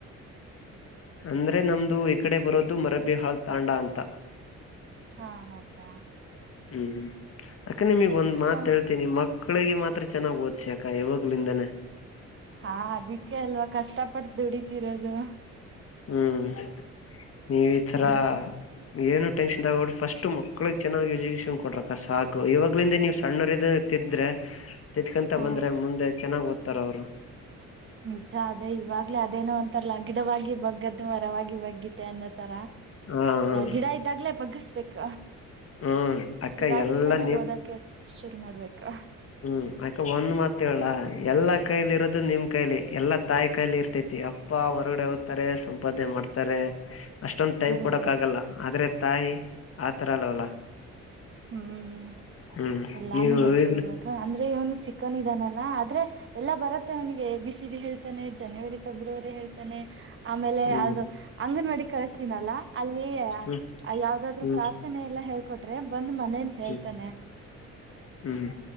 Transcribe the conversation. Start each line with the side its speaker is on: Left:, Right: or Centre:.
Left: ಅಂದ್ರೆ ನಮ್ದು ಈ ಕಡೆ ಬರೋದು ಮರಬಿಹಾಳ್ ತಾಂಡ ಅಂತ.
Right: ಹಾ ಹೌದಾ,
Left: ಹ್ಮ್ ಹ್ಮ್ ಅಕ್ಕ ನಿಮಗ್
Right: ಹ್ಮ್
Left: ಒಂದ್ ಮಾತ್
Right: ನಮ್
Left: ಹೇಳ್ತೀನಿ. ಮ ಕ್ಕಳಿಗೆ ಮಾತ್ರ ಚೆನ್ನಾಗಿ ಓದಸಿ ಇವಾಗ್ಲಿಂದನೇ.
Right: ಹಾ ಅದಕ್ಕೆ ಅಲ್ವಾ ಕಷ್ಟಪಟ್ಟ ದುಡತಿರೋದು.
Left: ಹ್ಮ್ ನೀವ ಈ ತರ,
Right: ಹ್ಮ್
Left: ಏನು ಟೆಷನ್ ತಗೋಬೆಡ್ ಫಸ್ಟ್ ಮಕ್ಳಗ್ ಚೆನ್ನಾಗಿ ಯಜ ಕೇಶನ್ ಕೊಡ್ರಕ್ಕ ಸಾಕು ಇವಾಗ್ಲಿಂದ ನೀವು್ ಸಣ್ಣವರ ತಿದ್ರೆ ತಿದ್ತ್ಕೊಂತ
Right: ಹಾ
Left: ಬಂದ್ರೆ ಮುಂದೆ ಚೆನ್ನಾಗ್ ಓದ್ತಾರ ಅವ್ರು.
Right: ನಿಜ ಅದೇ ಇವಾಗಲೇ ಅದೇನೋ ಅಂತಾರಲ್ಲ, ಗಿಡವಾಗಿ ಬಗ್ಗದ್ದು ಮ ರವಾಗಿ, ವಾಗಿ ಬಗ್ಗತ್ತೆ ಅನ್ನೋತರ
Left: ಹಾ ಹ
Right: ಗಿಡ ಇದ್ದಾಗ್ಲೇ ಬಗ್ಗಸ್ಬೇಕ.
Left: ಹ್ಮ್ ಅಕ್ಕ
Right: ಇವಾಗಿಂತಾನೇ
Left: ಎಲ್ಲಾ ನೀವ್
Right: ಓದಕ ಶುರು ಮಾಡ್ಬೇಕು
Left: ಹ್ಮ್ ಅಕ ಒಂದ್ ಮತ್ ಹೇಳ ಎಲ್ಲಾ ಕೈಲಿ ಇರೋದು ನಿಮ್ ಕೈಲಿ ಎಲ್ಲಾ ತಾಯಿ ಕಾಯಲಿ ಇರ್ತೈತಿ ಅಪ್ಪ ಹೊರಗಡೆ ಹೋಗತಾರೆ ಸಂಪಾದನೆ ಮಾಡ್ತಾರೆ ಅಷ್ಟೊಂದ ಟೈಮ್
Right: ಹ್ಮ್
Left: ಕೊಡಕ್ ಆಗಲ್ಲ ಆದ್ರೆ ತಾಯಿ ಆತರ ಅಲ್ವಲ್ಲ
Right: ಹ್ಮ್
Left: ಹ್ಮ್
Right: ಎಲ್ಲಾನು
Left: ನೀವು
Right: ಹಳ್ಕರ್ಬೇಕ
Left: ಈಗ್ಲ
Right: ಅಂದ್ರೆ ಇವನು ಚಿಕ್ಕನ್ ಇದಾನಲ್ಲಾ ಆದ್ರೆ ಎಲ್ಲಾ ಬರತ್ತೆ ಅವನಿಗೆ ಬಿಸಿಡಿ ಹೇಳ್ತಾನೆ ಜನವರಿ ಫೆಬ್ರವರಿ ಹೇಳ್ತಾನೆ ಆಮೇಲೆ
Left: ಹ್ಮ್
Right: ಅದು ಅಂಗನವಾಡಿ ಕಳಸ್ತೀನಲ್ಲ ಅಲ್ಲಿ
Left: ಹ್ಮ್
Right: ಯಾವ್ದಾದ್ರು
Left: ಹ್ಮ್
Right: ಪ್ರಾರ್ಥನೆ ಎಲ್ಲ ಹೇಳ್ಕೊಟ್ರೆ ಬಂದು ಮನೇಲಿ ಹೇಳ್ತಾನೆ
Left: ಹ್ಮ್ ಹ್ಮ್